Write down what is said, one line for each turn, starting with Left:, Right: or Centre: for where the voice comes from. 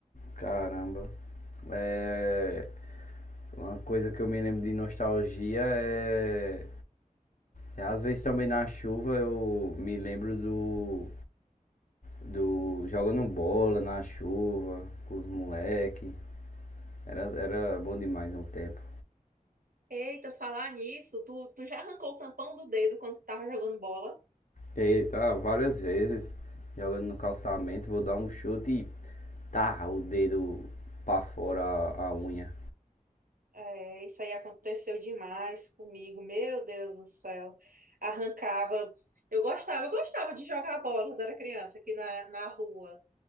Left: Caramba. É, uma coisa que eu me lembro de nostalgia é, é às vezes também na chuva eu me lembro do do jogando bola na chuva com os moleque. Era, era bom demais no tempo.
Right: Eita, falar nisso, tu, tu já arrancou o tampão do dedo quando tu tava jogando bola?
Left: E tá várias vezes jogando no calçamento, vou dar um chute e tá o dedo pra fora a, a unha.
Right: É, isso aí aconteceu demais comigo, meu Deus do céu. Arrancava. Eu gostava, eu gostava de jogar bola quando era criança aqui na, na rua.